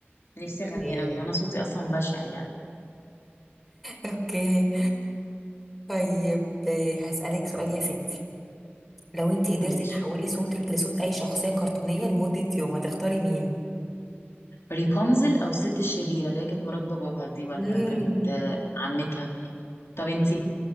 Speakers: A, on the left; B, in the centre.
A: نفسي اغني
B: ايه
A: قوي انا صوتي اصلا بشع يعني
B: اوكي طيب آه، هسألك سؤال يا ستي لو انت قدرتي
A: ماشي
B: تحولي صوتك لصوت اي شخصية كرتونية لمدة يوم هتختاري مين؟
A: ريبونزل او الست الشريره اللي هي كانت مرات باباها دي ولا
B: امم
A: كانت آه، عمتها طب انتي